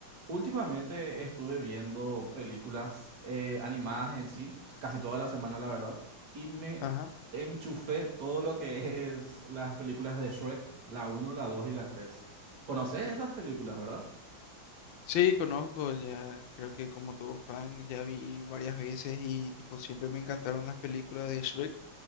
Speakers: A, on the right; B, on the left.
A: Últimamente estuve viendo películas eh, animadas en sí, casi toda la semana, la verdad, y me
B: Ajá.
A: enchufé todo lo que es las películas de Shrek, la uno, la 2 y la 3. ¿Conoces esas películas, verdad?
B: Sí, conozco, ya creo que como todo fan ya vi varias veces y tipo siempre me encantaron las películas de Shrek.